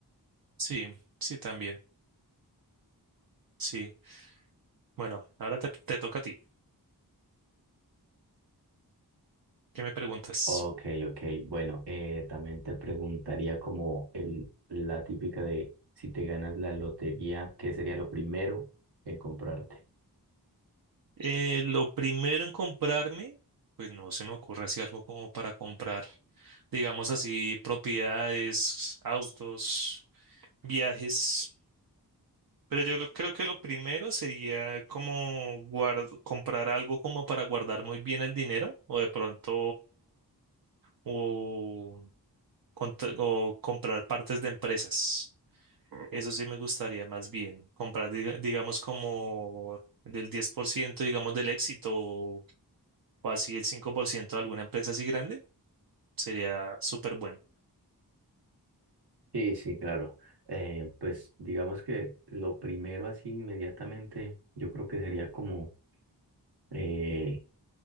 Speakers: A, on the right; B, on the right.
A: Sí, sí, también. Sí. Bueno, ahora te, te toca a ti. ¿Qué me preguntas?
B: Ok, ok, bueno, eh, también te preguntaría como el, la típica de si te ganas la lotería, ¿qué sería lo primero en comprarte?
A: Eh, lo primero en comprarme, pues no se me ocurre así algo como para comprar, digamos así, propiedades, autos, viajes. Pero yo lo- creo que lo primero sería como guard- comprar algo como para guardar muy bien el dinero o de pronto o cont- o comprar partes de empresas. Eso sí me gustaría más bien. Comprar, diga- digamos, como del 10% digamos, del éxito o o así el 5% de alguna empresa así grande. Sería súper bueno.
B: Sí, sí, claro. Eh, pues digamos que lo primero así inmediatamente, yo creo que sería como eh,